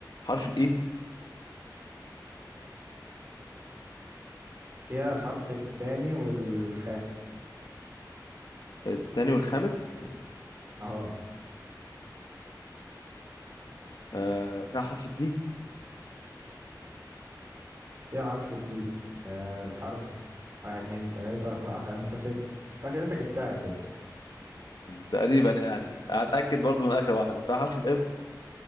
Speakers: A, on the left (about 70°); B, on the right (about 40°).
A: حرف الاي
B: فيها الحرف التاني والخامس
A: التاني والخامس
B: اه
A: آه فيها حرف الدي
B: في حرف الدي آه الحرف واحد اتنين تلاتة أربعة خمسة ستة فاكر انت جبتها كده
A: تقريبا يعني هتأكد برضو من آخر واحدة فيها حرف الام